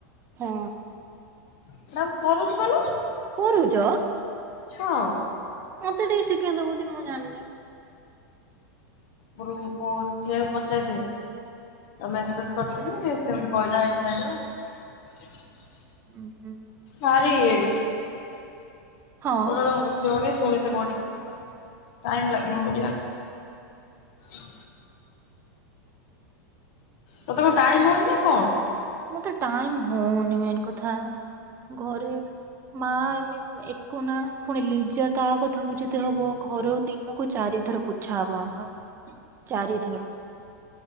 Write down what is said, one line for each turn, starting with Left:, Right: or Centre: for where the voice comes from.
Right: ହଁ।
Left: <unintelligible>
Right: କରୁଚ!
Left: ହଁ।
Right: ମତେ ଟିକେ ଶିକ୍ କେଇ ଦବ ତି ମୁଁ ଜାଣିନି?
Left: <unintelligible> ସେଇୟା କୁ ପଚାରି ଦେ ମେସେଜ କରିଥିଲି ସେ ଗୋଟେ କହିଲା ଏଇଭଳିଆ ହେଇଥିବ।
Right: ଉଁ ହୁଁ।
Left: ଭାରି ଇଏ।
Right: ହଁ
Left: <unintelligible> ଫୁଣି ତ ବଢିବ ତାକୁ ଟାଇମ୍ ଲାଗିବ। <unintelligible> ତତେ କଣ ଟାଇମ୍ ହଉନି ନା କଣ?
Right: ମତେ ଟାଇମ ହଉନି ମେନ କଥା। ଘରେ ମା ଏମିତି ଏକ ନା ପୁଣି ଲିଜା ତା କଥା ବୁଝିତେ ହବ ଘର ଦିନକୁ ଚାରି ଥର ପୋଛାହବ ଆମର ଚାରିଥର।